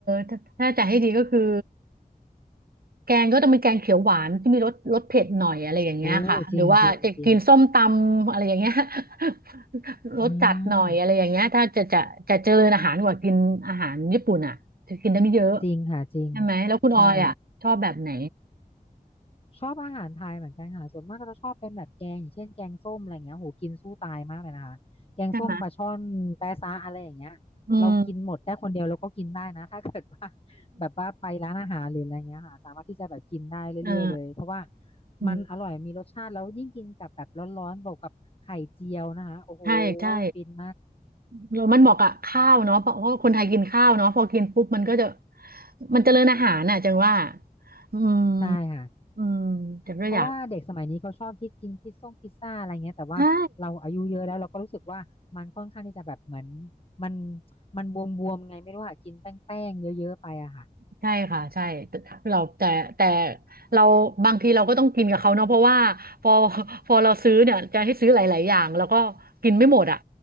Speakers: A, on the right; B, on the left.
A: ถ้าถ้าจะให้ดีก็คือ แกงก็ต้องเป็นแกงเขียวหวานที่มีรสรสเผ็ดหน่อยอะไรอย่างเงี้ยค่ะหรือว่าจะกินส้มตำอะไรอย่างเงี้ย
B: โอ้จริงจริงจริง
A: <laughs> รสจัดหน่อยอะไรอย่างเงี้ยถ้าจะจะจะเจริญอาหารกว่ากินอาหารญี่ปุ่นอ่ะจะกินได้ไม่เยอะ
B: อืมจริงค่ะจริง
A: ใช่ไหมแล้วคุณออยอ่ะชอบแบบไหน
B: ใช่ ชอบอาหารไทยเหมือนกันค่ะส่วนมากก็จะชอบเป็นแบบแกงอย่างเช่นแกงส้มอะไรเงี้ยโหกินสู้ตายมากเลยนะคะแกงส้มปลาช่อนแปะซะอะไรอย่างเงี้ยเรากินหมดได้คนเดียวเราก็กินได้นะ
A: ใช่ไหมอืม
B: <laughs> ถ้าเกิดว่า <laughs> แบบว่าไปร้านอาหารหรืออะไรเงี้ยค่ะสามารถที่จะแบบกินได้เรื่อยๆเลยเพราะว่า
A: เอออืม
B: มันอร่อยมีรสชาติแล้วยิ่งกินกับแบบร้อนๆบวกกับไข่เจียวนะคะโอ้โห
A: ใช่ใช่
B: ฟินมาก
A: แล้วมันเหมาะกับข้าวเนาะเพราะเพราะว่าคนไทยกินข้าวเนาะพอกินปุ๊บมันก็จะมันเจริญอาหารน่ะจังว่าอืม
B: ใช่ค่ะ
A: อืมจังก็อยาก
B: เพราะว่าเด็กสมัยนี้เขาชอบคิดกินพิซซ่งพิซซ่าอะไรเงี้ยแต่ว่าเราอายุเยอะแล้วเราก็รู้สึกว่ามันค่อนข้างที่จะแบบเหมือน
A: ใช่
B: มันมันบวมๆไงไม่รู้ค่ะกินแป้งๆเยอะๆไปอะค่ะ
A: ใช่ค่ะใช่แต่เราแต่แต่เราบางทีเราก็ต้องกินกับเขาเนาะเพราะว่าพอ <laughs> พอเราซื้อเนี่ยจะให้ซื้อหลายๆอย่างแล้วก็กินไม่หมดอ่ะ